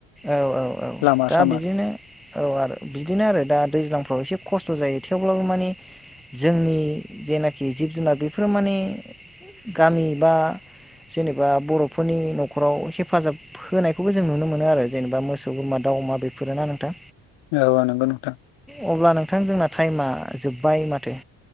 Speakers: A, in the centre; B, on the left.
A: औ औ औ
B: लामा
A: दा
B: सामा
A: बिदिनो औ आरो बिदिनो आरो दा दैज्लां एसे खस्थ' जायो थेवब्लाबो माने जोंनि जेनाखि जिब जुनार बेफोरो माने गामि बा जेनेबा बर'फोरनि न'खराव हेफाजाब होनायखौबो जों नुनो मोनो आरो जेनेबा मोसौ बोरमा दाउ अमा बेफोर ना नोंथां
B: औ नंगौ नोंथां
A: अब्ला नोंथां जोंना टाइमा जोब्बाय माथो